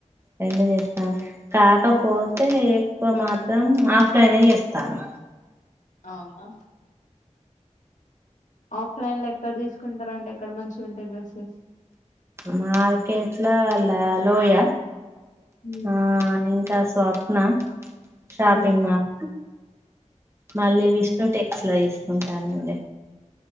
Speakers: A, on the right; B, on the left.
A: రెండు చేస్తాను కాకపోతే ఎక్కువ మాత్రం ఆఫ్లైన్ చేస్తాను
B: అవునా ఆఫ్లైన్ లో ఎక్కడ తీసుకుంటారండి ఎక్కడ మంచిగుంటాయి డ్రెస్సెస్
A: మార్కెట్ల లలోయ
B: ఉమ్,
A: ఆ ఇంకా స్వప్న షాపింగ్
B: ఉమ్,
A: మాల్ మళ్ళీ
B: ఓకే.
A: విష్ణు టెక్స్ లా తీసుకుంటానండి